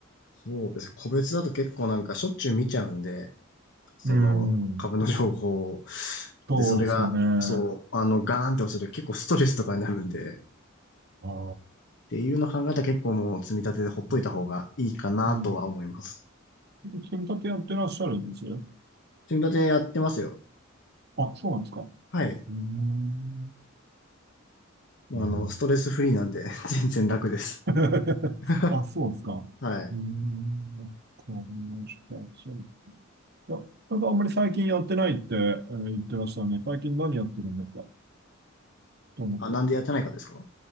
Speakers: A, on the left; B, on the right.
A: そうです。個別だと結構なんかしょっちゅう見ちゃうんで、その株の情報を。
B: うん、そうですよね。
A: で、それが、
B: あ
A: そう、あの、ガーンって落ちると結構ストレスとかになるんで、っ
B: あ、
A: ていうのを考えたら結構もう積み立てでほっといた方がいいかなとは思います。
B: うん、うん。組み立てやってらっしゃるんですよ。
A: 積み立てやってますよ。
B: あ、そうなんですか。う
A: はい。
B: ーん。
A: あの、
B: うん
A: ストレスフリーなんで <laughs> 全然楽です。
B: <laughs>
A: <laughs>
B: あ、そうですか。
A: はい。
B: うーん。わかりました。いや、なんかあんまり最近やってないって、えー言ってましたね。最近何やってるんですかと思って。
A: あ、なんでやってないかですか